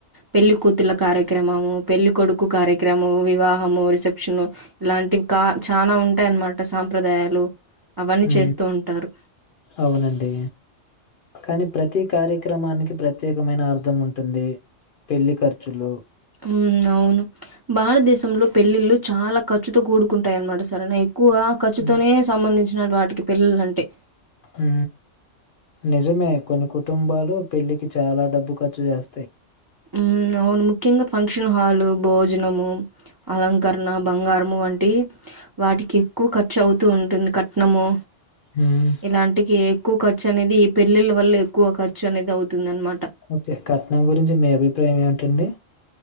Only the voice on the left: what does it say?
హు
అవునండి కానీ ప్రతి కార్య క్రమానికి ప్రత్యేకమైన అర్థం ఉంటుంది పెళ్లి ఖర్చులు
హ్మ్.
హు నిజమే కొన్ని కు కుటుంబాలు పెళ్లికి చాలా డబ్బు ఖర్చు చేస్తాయి
హ్మ్.
ఓకే కట్నం గురించి మీ అభి ప్రాయం ఏమిటండి